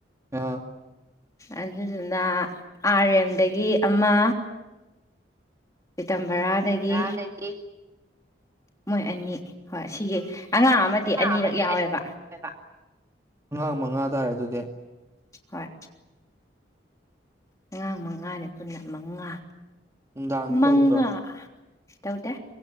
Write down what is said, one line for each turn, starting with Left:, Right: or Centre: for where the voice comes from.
Right: ꯑ
Left: ꯑꯗꯨꯗꯨꯅ ꯑꯥꯔ ꯑꯦꯝ ꯗꯒꯤ ꯑꯃ ꯄꯤꯇꯝꯕꯔꯥꯗꯒꯤ
Right: ꯇꯔꯥꯗꯒꯤ
Left: ꯃꯣꯏ ꯑꯅꯤ ꯍꯣꯏ ꯁꯤꯒꯤ ꯑꯉꯥꯡ ꯑꯃꯗꯤ ꯑꯅꯤꯔꯛ
Right: ꯑꯃꯗꯤ
Left: ꯌꯥꯎꯋꯦꯕ
Right: ꯑꯅꯤ ꯑꯣꯏꯕ꯫ ꯑꯉꯥꯡ ꯃꯉꯥ ꯇꯥꯔꯦ ꯑꯗꯨꯗꯤ
Left: ꯍꯣꯏ ꯑꯉꯥꯡ ꯃꯉꯥꯅꯤ ꯄꯨꯟꯅ ꯃꯉꯥ
Right: ꯅꯨꯡꯗꯥꯡꯗꯤ
Left: ꯃꯉꯥ
Right: ꯇꯧꯗ꯭ꯔꯣ
Left: ꯇꯧꯗꯦ꯫